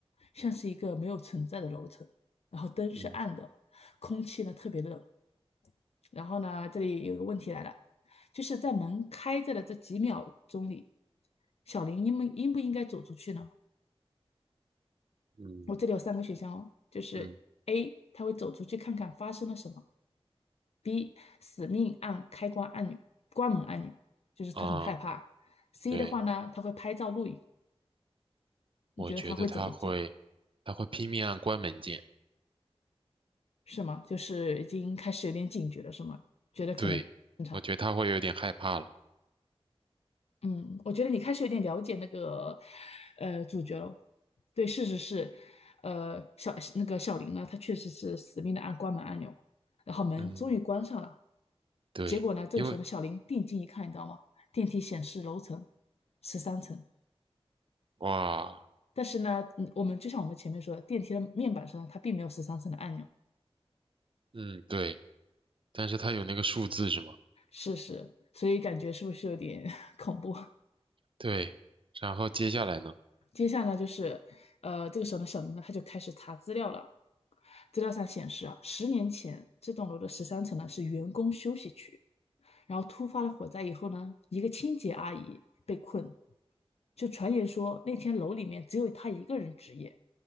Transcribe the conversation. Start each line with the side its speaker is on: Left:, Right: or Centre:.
Left: 像是一个没有存在的楼层，然后灯是暗的，
Right: 嗯
Left: 空气呢特别冷。然后呢，这里有个问题来了，就是在门开着的这几秒钟里，小林应不应不应该走出去呢？
Right: 嗯
Left: 我这里有三个选项哦，就是
Right: 嗯
Left: A，他会走出去看看发生了什么 B 死命按开关按钮、关门按钮，就是他很害怕。
Right: 啊，
Left: C
Right: 对，
Left: 的话呢，他会拍照录影。你觉得他会怎么做？
Right: 我觉得他会，他会拼命按关门键。
Left: 是吗？就是已经开始有点警觉了，是吗？觉得可能不正常。
Right: 对，我觉得他会有点害怕了。
Left: 嗯，我觉得你开始有点了解那个呃主角了。对，事实是，呃，小那个小林呢，他确实是死命的按关门按钮，然后门终于关上了。
Right: 嗯对，
Left: 结果呢，这个时候呢，
Right: 因为
Left: 小林定睛一看，你知道吗？电梯显示楼层十三层。
Right: 哇，
Left: 但是呢，嗯，我们就像我们前面说的，电梯的面板上它并没有十三层的按钮，
Right: 嗯，对，但是他有那个数字是吗？
Left: 是是，所以感觉是不是有点 <laughs> 恐怖？<laughs>
Right: 对，然后接下来呢？
Left: 接下来就是，呃，这个时候呢，小林呢他就开始查资料了。资料上显示啊，十年前这栋楼的十三层呢是员工休息区，然后突发了火灾以后呢，一个清洁阿姨被困，就传言说那天楼里面只有她一个人值夜，